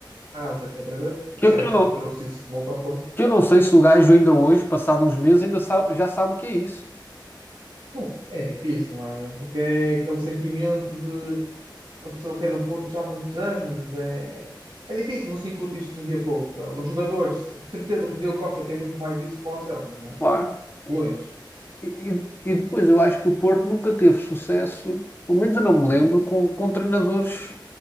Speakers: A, on the right; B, on the left.
A: casa, etc, etc. O
B: Que,
A: Sérgio
B: eu- que eu não.
A: trouxe isso de volta ao Porto.
B: Que eu não sei se o gajo ainda hoje, passado uns meses, ainda sabe- já sabe o que é isso.
A: Não, É difícil, não é? Porque é aquele sentimento de uma pessoa que é do Porto já há muitos anos. É, é difícil, não se incute isto de um dia para o outro. Os jogadores, de certeza que o Diogo Costa tem muito mais isso que o Anselmo, não é? De
B: Claro. E,
A: longe.
B: e- e depois eu acho que o Porto nunca teve sucesso, pelo menos eu não me lembro, com, com treinadores,